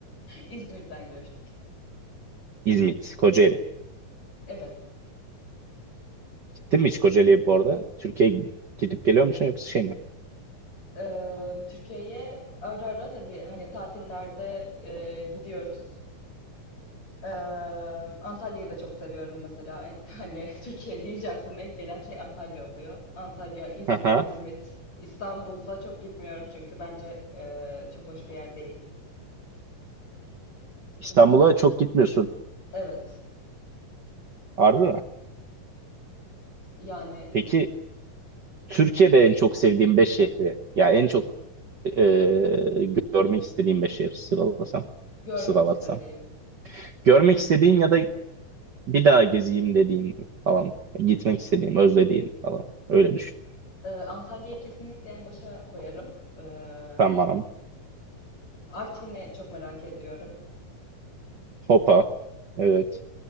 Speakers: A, on the left (about 50°); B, on the right (about 80°).
A: İzmir'den göçtük.
B: İzmit, Kocaeli.
A: Evet.
B: Gittin mi hiç Kocaeli'ye bu arada? Türkiye'ye gidip geliyor musun yoksa şey mi?
A: Ee, Türkiye'ye ara ara tabii hani tatillerde e, gidiyoruz. Ee, Antalya'yı da çok seviyorum mesela. E, Hani <laughs> Türkiye deyince aklıma ilk gelen şey Antalya oluyor. Antalya, İzmir,
B: Aha.
A: İzmit. İstanbul'a çok gitmiyorum çünkü bence e, çok hoş bir yer değil.
B: İstanbul'a
A: Bu
B: çok gitmiyorsun.
A: evet
B: Harbi mi?
A: yani
B: Peki Türkiye'de en çok sevdiğin 5 şehri. Ya en çok e, görmek istediğim beş yer sıralasam,
A: görmek
B: sıralatsam.
A: istediğim.
B: Görmek istediğin ya da bir daha gezeyim dediğin falan. Gitmek istediğim, özlediğin falan. Öyle düşün.
A: Ee, Antalya'yı kesinlikle en başa koyarım. Ee,
B: Tamam.
A: Artvin'i çok merak ediyorum.
B: Hopa. Evet.